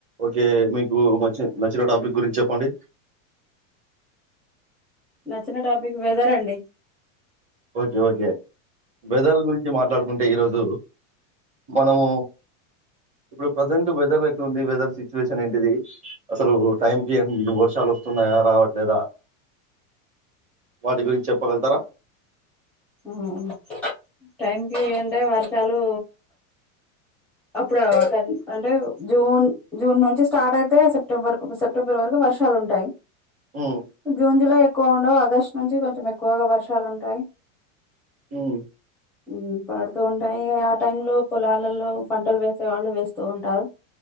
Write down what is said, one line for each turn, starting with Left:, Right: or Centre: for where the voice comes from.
Right: Okay మీకు వచ్చి నచ్చిన టాపిక్ గురించి చెప్పండి
Centre: నచ్చిన టాపిక్ వెదర్ అండి
Right: ఓకే ఓకే వెదర్ గురించి మాట్లాడుకుంటే ఈ రోజు దు మనము ఇప్పుడు ప్రెసెంట్ వెదర్ ఎట్లుంది వెదర్ సిచ్యువేషన్ ఏంటిది అసలు టైంకీ ఎ న్ వర్షాలు ఒస్తున్నాయా రావట్లేదా వాటి గురించెప్పగల్తారా
Centre: హమ్ టైంకి అంటే వర్షాలు అప్పుడా అంటే జూన్ జూన్ నుంచి స్టార్ట్ ఐతే సెప్టెంబర్కు సెప్టెంబర్ వరకు వర్షాలుంటాయి
Right: ఉమ్,
Centre: జూన్ జులై ఎక్కువ ఉండవ ఆగస్ట్ నుంచి కొంచం ఎక్కువగా వర్షాలుంటాయి
Right: ఉమ్,
Centre: ఉమ్ పాడుతూ ఉంటాయి ఆ టైం లో పొలాలల్లో పంటలు వేసే వాళ్ళు వేస్తూ వుంటారు